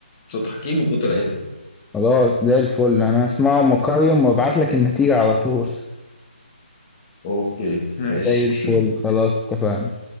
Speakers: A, on the left (about 25°); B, in the centre.
A: صوت حكيم وصوت العزبي
B: خلاص زي الفل انا هسمعه مقيم وابعت لك النتيجة على طول
A: اوكي ماشي
B: زي الفل
A: <laughs>
B: خلاص اتفقنا